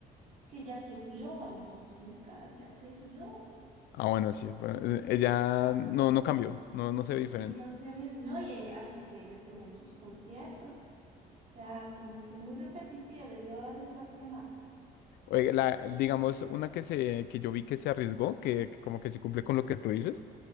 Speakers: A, on the right; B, on the left.
A: Es que ya se vio en los otros Met Galas, ya se vio.
B: Ah, bueno, sí. bueno, eh, ella no, no cambió, no, no se ve
A: Si
B: diferente.
A: no se vio, no, y eh, así se, ella se ve en sus conciertos. O sea, como que muy repetitiva, debió arriesgarse más.
B: Oiga, la, digamos, una que se, que yo vi que se arriesgó, que, que como que sí cumple con lo que tú dices,